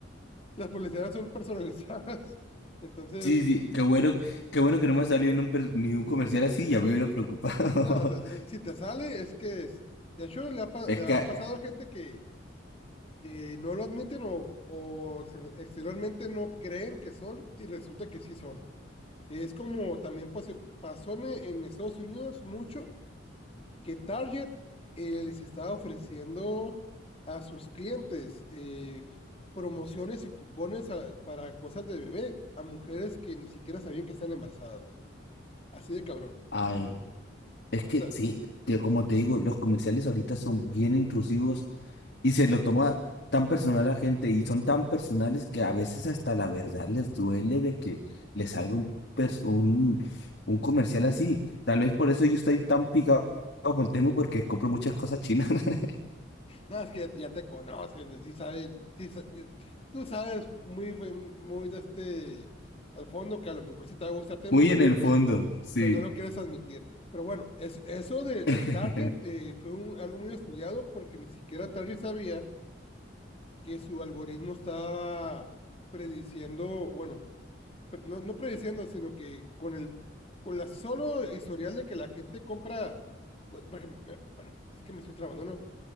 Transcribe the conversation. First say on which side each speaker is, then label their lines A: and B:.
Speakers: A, on the left (about 30°); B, on the left (about 60°).
A: las publicidades son personalizadas. <laughs> Entonces,
B: Sí, sí, qué bueno, qué bueno que no me salió ni un, per- ni un comercial así, ya me hubiera preocupado.
A: no, o sea, si te sale, es que, es- de hecho, le ha, pa-
B: <laughs> Es
A: le ha
B: que,
A: pasado a gente que, que no lo admiten o, o ex- exteriormente no creen que son y resulta que sí son. Es como también pas- pasó en, en Estados Unidos mucho que Target eh, les estaba ofreciendo a sus clientes eh, promociones y cupones a- para cosas de bebé a mujeres que ni siquiera sabían que están embarazadas, güey. Así de cabrón.
B: ay, es
A: O
B: que
A: sea,
B: sí, te- como te digo, los comerciales ahorita son bien intrusivos Y se lo toma tan personal a la gente y son tan personales que a veces hasta la verdad les duele de que les salga un, pers- un, un comercial así. Tal vez por eso yo estoy tan picado con Temu porque compro muchas cosas chinas. <laughs>
A: no, es que ya, ya te conocen, sí saben, sí, sa- eh, tú sabes muy, fe- muy de este, al fondo que a lo mejor sí te va a gustar Temu,
B: Muy
A: pero
B: en
A: no
B: el
A: lo que,
B: fondo, sí.
A: pero no lo quieres admitir. Pero bueno, es, eso de, de
B: <laughs>
A: Target eh, fue un, algo muy estudiado porque ni siquiera Target sabía que su algoritmo estaba prediciendo, bueno, pre- no, no prediciendo, sino que con el, con la solo historial de que la gente compra, cu- por ejemplo, me- bueno, es que me estoy trabando, ¿no? no,